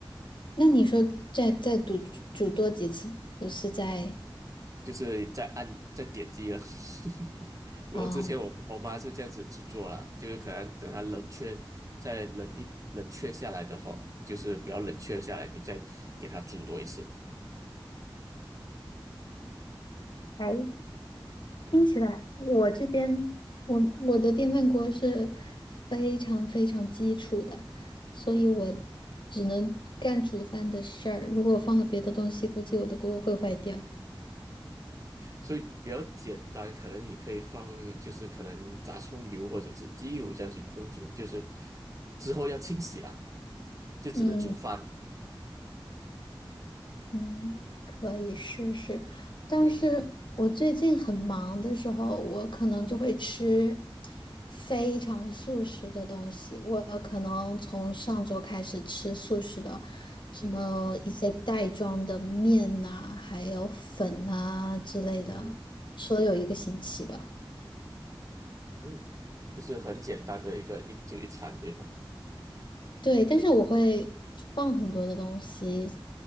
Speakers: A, on the left; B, on the right.
A: 那你说再再煮煮多几次，不是在
B: 就是在按在点击了。<laughs> 我之前我我妈是这样子去做啦，
A: 啊、呃
B: 就是可能等它冷却，再冷一冷却下来的话，就是比较冷却下来，你再给它煮多一次。
A: 哎
B: 嗯
A: 听起来我这边我我的电饭锅是非常非常基础的，所以我
B: 嗯。
A: 只能干煮饭的事儿。如果我放了别的东西，估计我的锅会坏掉。
B: 所以比较简单，可能你可以放，就是可能炸葱油或者是鸡油这样去烹煮，就是之后要清洗啦，就只能煮饭。
A: 嗯。嗯，可以试试，但是我最近很忙的时候，
B: 嗯哼，
A: 我可能就会吃非常素食的东西。我可能从上周开始吃素食的，什么一些袋装的面呐、
B: 嗯哼，
A: 还有粉呐、之类的，
B: 嗯
A: 吃了有一个星期吧。
B: 嗯，就是很简单的一个一就一餐，对吧？
A: 对，但是我会放很多的东西